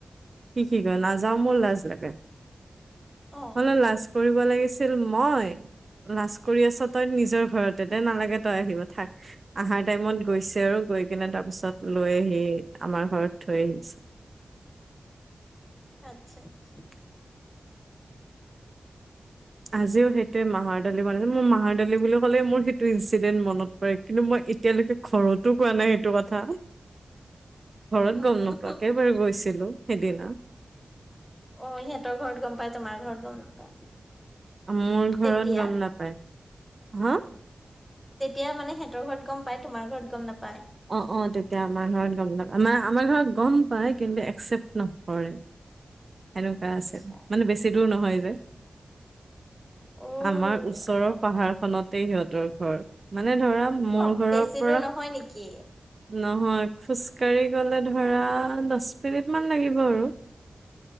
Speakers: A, on the right; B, in the centre.
A: সি কি কয় নাযাওঁ মোৰ লাজ লাগে
B: অ
A: হলে লাজ সুধিব লাগিছিল মই। লাজ কৰি আছ তই নিজৰ ঘৰতে দে নালাগে তই আহিব থাক। আহাৰ টাইমত গৈছে আৰু গৈ কিনে তাৰ পিছত লৈ আহি আমাৰ ঘৰত থৈ আহিছে।
B: আচ্ছা, আচ্ছা।
A: আজিও সেইটোৱে মাহৰ দালি মানে মোৰ মাহৰ দালি বুলি ক'লে মোৰ সেইটো ইনঞ্চিডেণ্ট মনত পৰে কিন্তু মই এতিয়ালৈকে ঘৰতো কোৱা নাই সেইটো কথা। ঘৰত
B: উম
A: গম নোপোৱাকে বাৰু গৈছিলো, সিদিনা।
B: অ, সিহঁতৰ ঘৰত গম পাই, তোমাৰ ঘৰত গম নাপায়।
A: মোৰ ঘৰত
B: তেতিয়া
A: গম নাপায়, হা?
B: তেতিয়া মানে সিহঁতৰ ঘৰত গম পাই, তোমাৰ ঘৰত গম নাপায়।
A: অ', অ' তেতিয়া আমাৰ ঘৰত গম নাপাই আম আমাৰ ঘৰত গম পায়, কিন্তু একচেপ্ট নকৰে। সেনেকুৱা
B: আচ্ছা
A: আছে, মানে বেছি দূৰ নহয় যে।
B: অ
A: আমাৰ ওচৰৰ
B: অ
A: পাহাৰ খনতে সিহঁতৰ ঘৰ মানে ধৰা মোৰ
B: অ'
A: ঘৰৰ
B: বেছি
A: পৰা
B: দূৰ নহয় নেকি।
A: নহয়, খোজকাাঢ়ি গলে ধৰা দচ মিনিট মান লাগিব আৰু।